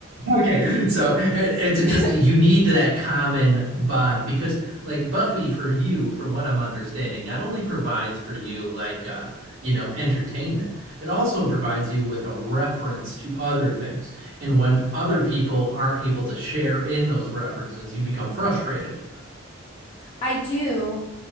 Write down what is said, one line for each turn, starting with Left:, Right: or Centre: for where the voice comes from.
Right: Okay, so uh, it's
Left: <laughs>
Right: just you need that common bond because, like Buffy, for you, from what I'm understanding, not only provides for you like uh, you know entertainment, it also provides you with a reference to other things. And when other people aren't able to share in those references, you become frustrated.
Left: I do.